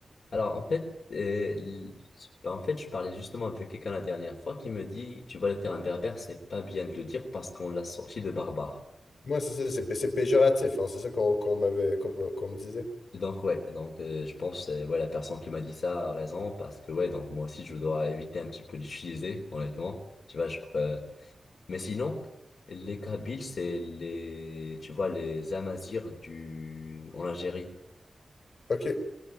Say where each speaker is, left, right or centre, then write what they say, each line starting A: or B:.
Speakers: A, on the left (about 75°); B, on the left (about 60°).
A: Alors, en fait, euh, l- bah, en fait, je parlais justement avec quelqu'un la dernière fois qui me dit, tu vois, le terme berbère, c'est pas bien de le dire parce qu'on l'a sorti de barbare.
B: Moi, c'est ça, c'est c'est péjoratif, hein, c'est ça qu'on qu'on m'avait, qu'on me qu'on me disait.
A: Donc, ouais, donc, euh, je pense, euh, ouais, la personne qui m'a dit ça a raison parce que, ouais, donc, moi aussi, je dois éviter un petit peu d'utiliser, honnêtement. Tu vois, je, pourrais- mais sinon, les Kabyles, c'est les, tu vois, les Amazirs du, en Algérie.
B: Ok,